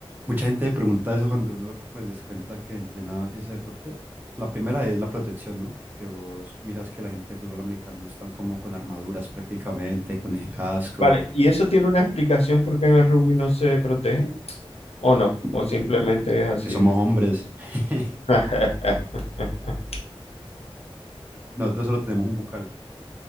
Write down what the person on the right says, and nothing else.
mucha gente pregunta eso cuando uno pues, les cuenta que entrena ese deporte. La primera es la protección, ¿no? Que vos miras que la gente de fútbol americano están como con armaduras prácticamente, con ese casco.
Mm,
Que somos hombres. <laughs>
Nosotros solo tenemos un bucal.